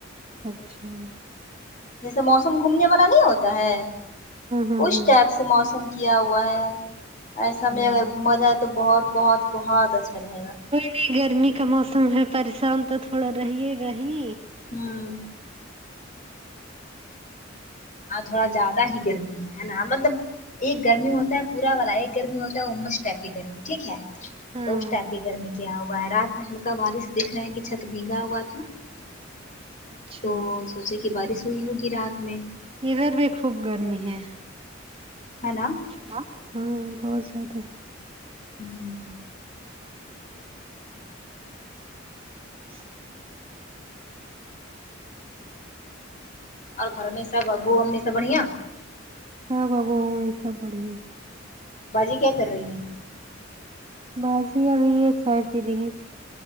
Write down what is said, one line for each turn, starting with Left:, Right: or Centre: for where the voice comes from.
Right: اچھا
Left: جیسے موسم گھومنے والا نہیں ہوتا ہے
Right: ہاں
Left: اس
Right: ہاں
Left: ٹائپ سے موسم کیا ہوا ہے ایسا
Right: ہاں
Left: میں اگر گھوما جائے تو بہت بہت بہت اچھا رہے گا
Right: ابھی گرمی کا موسم ہے پریشان تو تھوڑا رہے گا ہی
Left: ہوں
Right: ہ
Left: آج تھوڑا زیادہ ہی گرمی ہے ہے نا مطلب ایک گرمی ہوتا ہے پورا والا ایک گرمی ہوتا ہے وہ مسٹفی گرمی ٹھیک ہے
Right: ہاں
Left: تو اس ٹائپ کی گرمی کیا ہوا ہے رات میں ہلکا بارش دیکھ رہے ہیں کہ چھت بھیگا ہوا تھا
Right: اچھا
Left: تو جیسے کہ بارش ہوئی ہوگی رات میں
Right: ادھر بھی خوب گرمی ہے
Left: ہے نا
Right: ہاں ہاں ان کا بہت زیادہ ہے
Left: ہوں
Right: اچھ
Left: اور گھر میں سب ابو امی سب بڑھیا
Right: ہاں ابو امی سب بڑھیا ہے
Left: باجی کیا کر رہی ہیں
Right: باجی ابھی یہ چائے پی رہی ہے